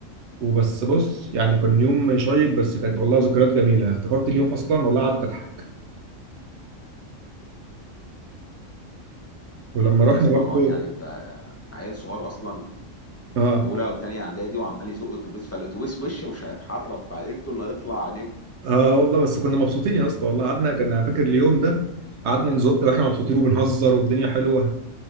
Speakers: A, on the right; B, on the left.
A: وبس بص يعني كان يوم شيق بس كانت والله ذكريات جميله افتكرت اليوم اصلا والله قعدت اضحك ولما رحنا
B: اصلا
A: برضو
B: اه يعني انت عيل صغير اصلا
A: اه
B: في اولى او تانية اعدادي وعمال يزق اتوبيس فالاتوبيس وش مش هيتحرك فانتوا اللي هيطلع
A: اه والله بس كنا مبسوطين يا اسطى والله قعدنا كنا فاكر اليوم ده قعدنا نزق واحنا مبسوطين وبنهزر والدنيا حلوه